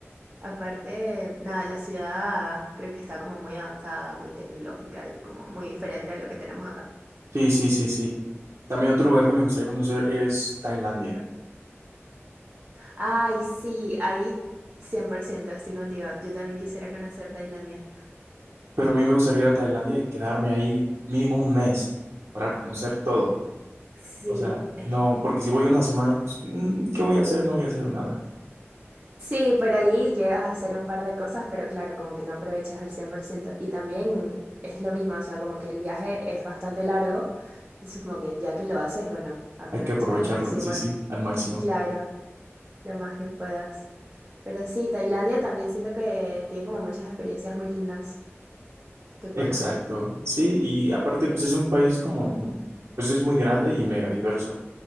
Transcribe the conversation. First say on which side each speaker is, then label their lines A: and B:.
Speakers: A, on the right; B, on the right.
A: Aparte, nada, la ciudad creo que está como muy avanzada, muy tecnológica y como muy diferente a lo que tenemos acá.
B: Sí, sí, sí, sí. También otro lugar que me gustaría conocer es Tailandia.
A: Ay, sí, ahí 100% estoy contigo. Yo también quisiera conocer Tailandia.
B: Pero a mí me gustaría ir a Tailandia y quedarme ahí mínimo un mes para conocer todo.
A: Sí,
B: O sea,
A: es-
B: no, porque si voy una semana, pues, mm, ¿qué voy a hacer? No voy a hacer nada.
A: sí, por ahí llegas a hacer un par de cosas, pero claro, como que no aprovechas al cien por ciento Y también es lo mismo, o sea, como que el viaje es bastante largo, entonces como que ya que lo haces, bueno, aprovechas
B: Hay que aprovecharlo,
A: al máximo,
B: sí, sí, al máximo.
A: claro, lo más que puedas. Pero sí, Tailandia también siento que tiene como muchas experiencias muy lindas que puedes
B: Exacto,
A: hacer.
B: sí, y aparte pues es un país como, pues es muy grande y mega diverso,